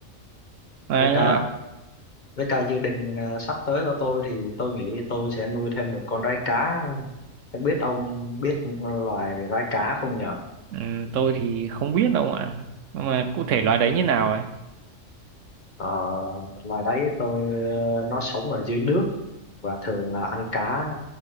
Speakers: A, on the right (about 75°); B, on the left (about 40°).
A: à,
B: với cả với cả dự định à, sắp tới của tôi thì tôi nghĩ tôi sẽ nuôi thêm một con rái cá không biết ông biết loài rái cá không nhở
A: ừ, tôi thì không biết đâu ạ nhưng mà cụ thể loài đấy như nào ấy
B: Ờ, loài đấy tôi ờ, nó sống ở dưới nước và thường là ăn cá